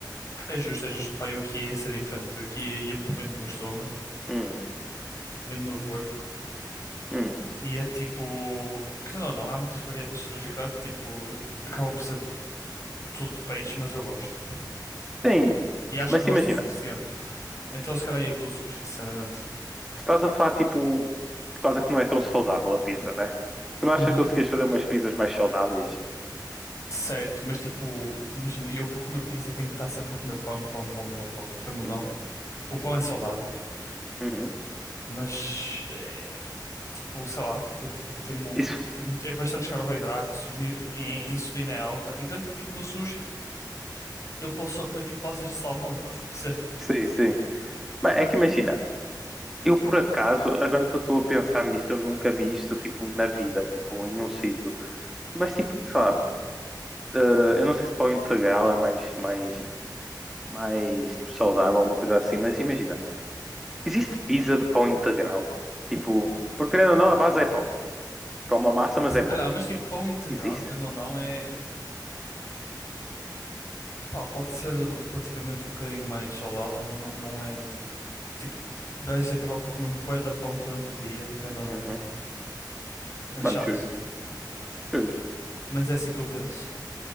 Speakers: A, on the left; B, in the centre.
A: É justo, é justo. Pá, eu aqui ia ser diferente. Eu aqui ia pelo bem do meu estômago,
B: Hum,
A: pelo bem do meu corpo.
B: hum.
A: E é tipo. Que não, não, há muitas variantes de sushi, claro que tipo. Acabam por ser tudo de peixe, mas eu gosto.
B: Sim,
A: E acho
B: mas
A: que
B: se
A: gosto
B: imagina,
A: o suficiente. Então se calhar ia com o sushi, sinceramente.
B: tu estás a falar tipo, por causa que não é tão saudável a pizza, né? Tu não achas
A: Uhum.
B: que conseguias fazer umas pizzas mais saudáveis?
A: Certo, mas tipo, imagina, eu para comer pizza tenho que estar sempre a comer pão, pão, pão, pão, pão. E querendo ou
B: Uhum,
A: não, o pão é saudável,
B: uhum.
A: mas é, tipo, sei lá, tem, tem, mu-
B: Isso,
A: tem, muito- é bastantes carboidratos, os ni- e a insulina é alta. Enquanto que tipo no sushi eu posso só comer tipo passas de salmão, estás a perceber?
B: sim, sim. Mas é que imagina, eu por acaso, agora que eu estou a pensar nisto, eu nunca vi isto tipo na vida, tipo em nenhum sítio. Mas tipo, sei lá, eh, eu não sei se pão integral é mais, mais, mais tipo saudável, uma coisa assim, mas imagina, existe pizza de pão integral? Tipo, porque querendo ou não, a base é pão. Tipo, é uma massa, mas
A: Se
B: é
A: calhar,
B: pão.
A: mas tipo, pão integral,
B: Existe?
A: querendo ou não, é. Pá, pode ser relativamente um bocadinho mais saudável, mas não, não é. Tipo, vais acabar por comer um bué de pão durante o dia e querendo ou não.
B: Uhum.
A: É
B: Mano,
A: chato.
B: justo,
A: tá bem?
B: justo.
A: Pelo menos é assim que eu penso.